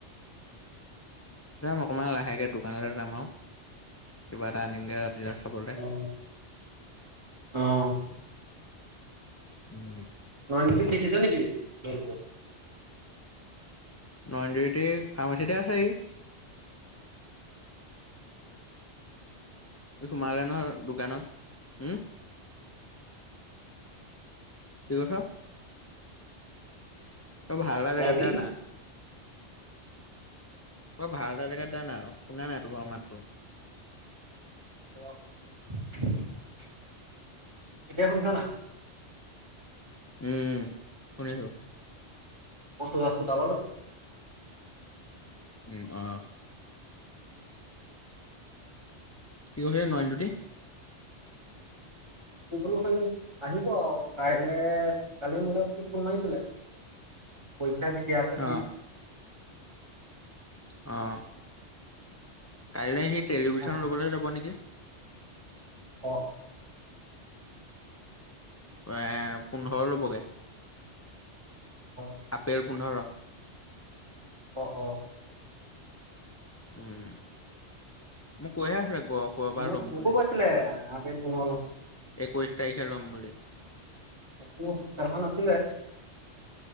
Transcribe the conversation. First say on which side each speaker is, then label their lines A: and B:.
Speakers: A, on the left (about 20°); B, on the right (about 25°).
A: অকণমান লাহেকে দোকানলৈ যাম, আৰু কিবা এটা আনিমগে, ৰাতি। ৰাতি খাবলে
B: অ', অ'।
A: উম।
B: ভণ্টীক দেখিছ নেকি? <unintelligible>
A: লণ্ড্ৰীতে, ফাৰ্মাচীতেই আছে, সি সি সোমালে নহয়, দোকানত। উম কি কৈছ? তই ভাল এটা জেগাত
B: অ', বুলি
A: জানা,
B: কৈছে
A: তই ভাল এটা জেগাত জানা শুনা নাই, তোমাৰ মাতটো
B: ৰখ এতিয়া শুনিছ নাই?
A: উম, শুনিছোঁ।
B: বস্তু-বাস্তো, তালৰ
A: উম, অ'। কি কৈছিলি, নয়নজ্যোতি?
B: সি বোলো কালি আহিব আও কাইলে, কালি মোলৈ সি ফোন মাৰিছিলে, কৈ পৰীক্ষা কেতিয়া আছে সুধিছে।
A: অ অ'। কাইলে সি টেলিভিশন
B: আহিব।
A: ল'বলৈ যাব নেকি?
B: অ',
A: এ, পোন্ধৰ ল'বগে।
B: অ', অ',
A: আপেল পোন্ধৰ।
B: অ', অ'।
A: উম, মোক কৈয়ে আছিলে গহপুৰৰ পৰা
B: মোক
A: ল'ম
B: মোকো
A: বুলি
B: কৈছিলে, <unintelligible> পোন্ধৰ ল'ম।
A: একৈশ তাৰিখে ল'ম বুলি।
B: <unintelligible> টো গীটাৰখন আছিলে।